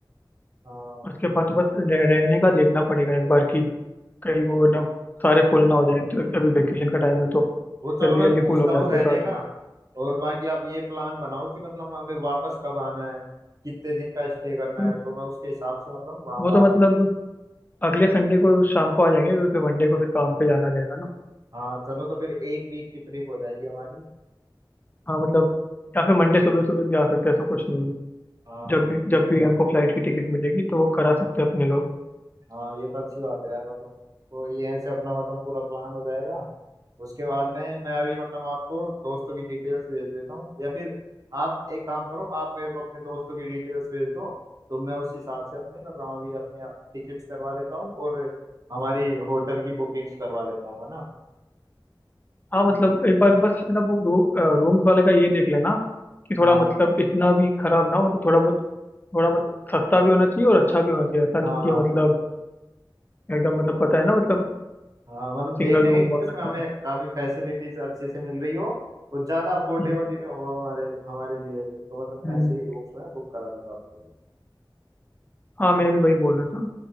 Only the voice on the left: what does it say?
उसके बाद तो बस रह, रहने का देखना पड़ेगा एक बार कि कहीं वो ना सारे फुल ना हो जाए तो अभी वेकेशन का टाइम है तो
जल्दी
जल्दी
फुल हो
जाते
हैं सारे
तो
वो
तो मतलब अगले संडे को शाम को आ जाएंगे क्योंकि फिर मंडे को फिर काम पे जाना रहेगा ना
हाँ मतलब या फिर मंडे सुबह सुबह भी आ सकते हैं ऐसा कुछ नहीं है
जब भी जब भी हमको फ्लाइट की टिकट मिलेगी तो वो करा सकते हैं अपने लोग
हाँ मतलब एक बार बस है ना वो रू, रूम्स वाले का ये देख लेना कि थोड़ा
मतलब इतना भी खराब ना हो मतलब थोड़ा बहुत थोड़ा मतलब सस्ता भी होना चाहिए और अच्छा भी होना चाहिए ऐसा नहीं
कि मतलब
एकदम मतलब पता है ना मतलब
सिंगल
रूम
वाला
ऐसा
हम्म
हम्म।
हाँ मैं भी वही बोल रहा था